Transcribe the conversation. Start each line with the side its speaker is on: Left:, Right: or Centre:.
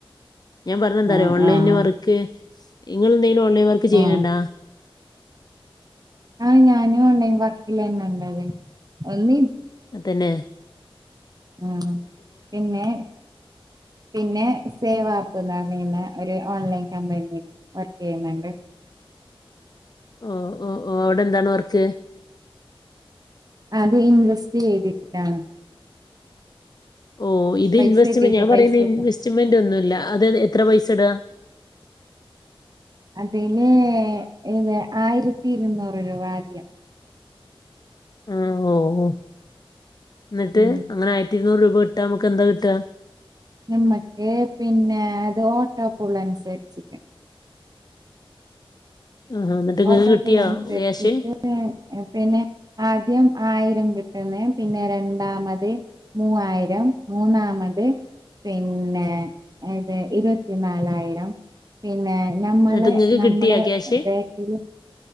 Left: ഞാൻ പറഞ്ഞ എന്താറ
Right: ആഹ്
Left: ഓൺലൈന്
Right: ആഹ്
Left: വർക്ക് ഇങ്ങള് ഓൺലൈൻ വർക്ക് ചെയ്യണണ്ടാ
Right: ഉം ആഹ് ഞാനും ഓൺലൈൻ വർക്കില്ല തന്ന ഉള്ളത് ഒന്ന
Left: അതന്നെ
Right: ഉം പിന്നെ പിന്നെ സേവ് ആപ്പ് എന്ന് പറയുന്ന ഒരു ഓൺലൈൻ കമ്പനില് വർക്കെയ്യുന്നുണ്ട്
Left: ഓ ഓ ഓ അവിടെന്താണ് വർച്ച്
Right: അത് ഇൻവെസ്റ്റ് ചെയ്തിട്ടാണ്
Left: ഓ ഇത്
Right: പൈസ
Left: ഇൻവെസ്റ്റ്മെന്റ്
Right: ഇട്ടിട്ട്
Left: ഞാൻ
Right: പൈസ
Left: പറയുന്ന
Right: ഇട്ട്
Left: ഇൻവെസ്റ്റ്മെന്റ് ഒന്നുമല്ല അത് എത്ര പൈസയിടാ
Right: അതില് ഏത് ആയിരത്തി ഇരുന്നൂറ് രൂപ ആദ്യം
Left: ആ ഓ ഓ ന്നിട്ട്
Right: ഉം
Left: അങ്ങന ആയിരത്തി ഇരുന്നൂറ് രൂപ മ്പുട്ട നമുക്ക് എന്താ കിട്ടാ
Right: നമ്മക്ക് പിന്നെ അത് ഓട്ടോ പോള നുസരിച്ചിട്ട്
Left: ആഹാ എന്നിട്ട് ഇങ്ങക്ക്
Right: ഓട്ടോ
Left: കിട്ടിയാ
Right: പുൾ അനുസരിച്ചിട്ട്
Left: ക്യാഷ്
Right: പിന്നെ ആദ്യം ആയിരം കിട്ടുന്നേ പിന്നെ രണ്ടാമത് മൂവായിരം മൂന്നാമത് പിന്നെ ഇത് ഇരുപത്തി നാലായിരം പിന്നെ ഞമ്മളെ
Left: എന്നിട്ട് ഇങ്ങക്ക്
Right: നമ്മുടെ
Left: കിട്ടിയാ ക്യാഷ്
Right: <unintelligible> <unintelligible>